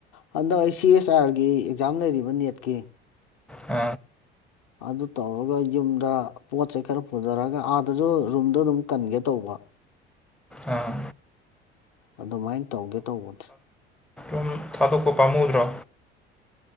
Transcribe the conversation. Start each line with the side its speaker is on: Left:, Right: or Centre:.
Left: ꯍꯟꯗꯛ ꯑꯩ ꯁꯤ ꯑꯦꯁ ꯑꯥꯔꯒꯤ ꯑꯦꯛꯖꯥꯝ ꯂꯩꯔꯤꯕ ꯅꯦꯠꯀꯤ
Centre: ꯑ
Left: ꯑꯗꯨ ꯇꯧꯔꯒ ꯌꯨꯝꯗ ꯄꯣꯠ ꯆꯩ ꯈꯔ ꯄꯨꯖꯔꯛꯑꯒ ꯑꯥꯗꯁꯨ ꯔꯨꯝꯗ ꯑꯗꯨꯝ ꯀꯟꯒꯦ ꯇꯧꯕ
Centre: ꯑꯥ
Left: ꯑꯗꯨꯃꯥꯏꯅ ꯇꯧꯒꯦ ꯇꯧꯕꯅꯦ
Centre: ꯑꯗꯨꯨꯝ ꯊꯥꯗꯣꯛꯄ ꯄꯥꯝꯃꯨꯗ꯭ꯔꯣ